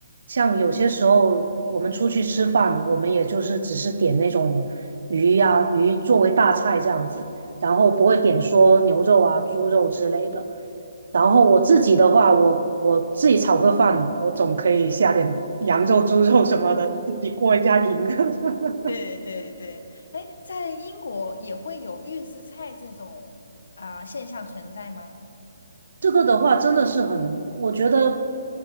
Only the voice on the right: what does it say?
像有些时候我们出去吃饭，我们也就是只是点那种鱼呀、鱼作为大菜这样子。然后不会点说牛肉啊、猪肉之类的。然后我自己的话，
我我自己炒个饭，我总可以下点 <laughs> 羊肉、猪肉什么的，自己过一下瘾。<laughs>
这个的话真的是很，我觉得